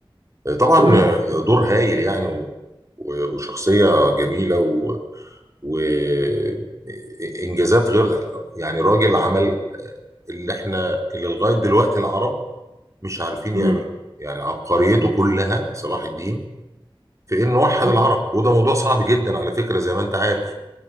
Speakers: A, on the right; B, on the right.
A: آه، طبعا
B: تمام
A: آه،
B: تمام.
A: دور هايل يعني و- و- وشخصيه جميله و- وانجازات غير يعني راجل عمل اللي احنا اللي لغايه دلوقتي العرب مش عارفين يعملوا
B: امم
A: إيه. يعني عبقريته
B: امم
A: كلها صلاح الدين في انه وحد
B: امم
A: العرب وده موضوع صعب جدا على فكره زي ما انت عارف